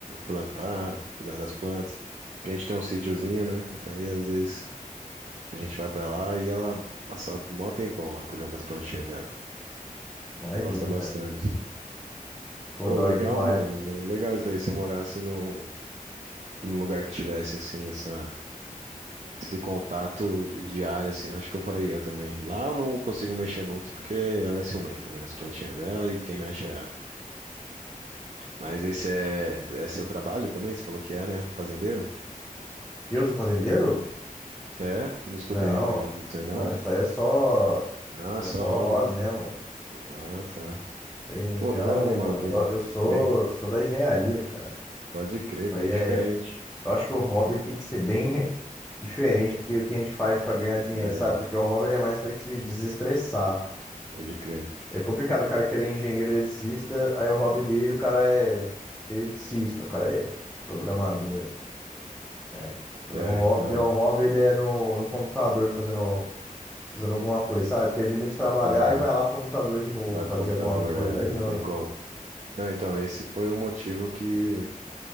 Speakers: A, on the right; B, in the centre.
A: Plantar, cuidar das plantas. Porque a gente tem um sítiozinho, né? Aí às vezes a gente vai pra lá e ela passa mó tempão lá cuidando das plantinhas dela.
B: Imagino,
A: Gosta bastante.
B: cara. Pô,
A: Pô,
B: da
A: legal,
B: hora demais.
A: mano. Le- Legal isso daí. Se eu morasse no, num lugar que tivesse assim, essa. Esse contato diário, assim, eu acho que eu faria também. Lá eu não consigo mexer muito porque ela é ciumenta, né? As plantinhas dela e quem mexe é ela. Mas esse é, é seu trabalho também? Você falou que é, né? Fazendeiro?
B: E eu sou fazendeiro?
A: É? Não escutei
B: Não.
A: um negócio disso aí, não?
B: Não, isso aí é só.
A: Ah,
B: Isso aí
A: só
B: é só
A: hobby.
B: hobby mesmo.
A: Ah, tá.
B: Tem
A: Pô,
B: tem
A: da
B: nada
A: hora,
B: a ver,
A: mano.
B: não.
A: Bem,
B: Eu, go- eu sou,
A: bem,
B: sou da engenharia, cara.
A: pode crer,
B: Isso
A: bem
B: aí é.
A: diferente.
B: Eu acho que o hobby tem que ser bem <laughs> diferente do que o que a gente faz pra ganhar dinheiro,
A: É,
B: sabe? Porque o hobby ele é mais pra te desestressar.
A: pode crer.
B: É complicado o cara querer engenheiro eletricista, aí o hobby dele, o cara é eletricista, o cara é programador, né? Fazer
A: É,
B: um hobby,
A: não.
B: meu hobby ele é no, no computador fazendo, fazendo alguma coisa, sabe? Termina de trabalhar
A: Aham.
B: e vai lá pro computador de novo
A: Vai
B: fazer
A: pro computador,
B: alguma coisa.
A: é,
B: Aí não,
A: não tem
B: né?
A: como. Não, então, esse foi o motivo que